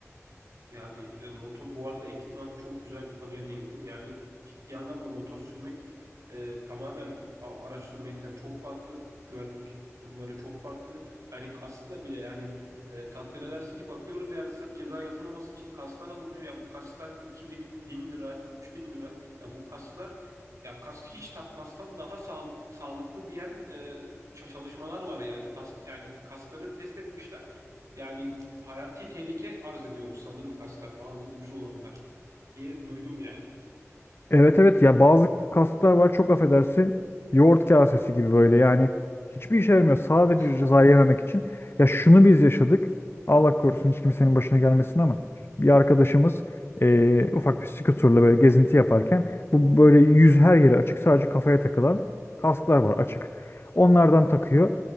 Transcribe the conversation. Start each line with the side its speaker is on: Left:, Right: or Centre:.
Right: Yani e, motor bu arada ekipman çok güzel bir konuya değindin. Yani ciddi anlamda motor sürmek e, tamamen a- araç sürmekten çok farklı. Güvenlik konuları çok farklı. Yani kaskla bile yani e, takdir edersin ki bakıyoruz yani sırf ceza yazılmaması için kasklar alınıyor. Ya bu kasklar 2000 1000 lira, 3000 lira. Ya bu kasklar ya kask hiç takmazsan daha sağl- sağlıklı diyen e, ç- çalışmalar var yani. Tas- yani kaskları test etmişler. Yani hayati tehlike arz ediyormuş sanırım kaslar bazı ucuz olanlar diye duydum yani.
Left: Evet evet ya bazı kaslar var çok affedersin yoğurt kasesi gibi böyle yani hiçbir işe yaramıyor sadece
Right: <laughs>
Left: ceza yememek için. Ya şunu biz yaşadık Allah korusun hiç kimsenin başına gelmesin ama bir arkadaşımız eee, ufak bir skuterla böyle gezinti yaparken bu böyle yüz her yere açık sadece kafaya takılan kasklar var açık. Onlardan takıyor